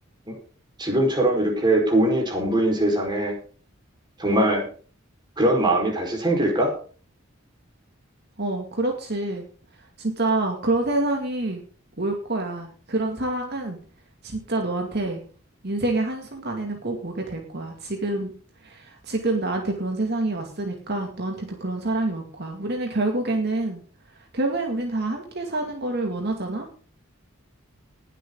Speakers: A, on the right; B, on the right.
A: 응? 지금처럼 이렇게 돈이 전부인 세상에 정말 그런 마음이 다시 생길까?
B: 어, 그렇지. 진짜 그런 세상이 올 거야. 그런 사랑은 진짜 너한테 인생의 한순간에는 꼭 오게 될 거야. 지금 지금 나한테 그런 세상이 왔으니까 너한테도 그런 사랑이 올 거야. 우리는 결국에는, 결국엔 우린 다 함께 사는 거를 원하잖아?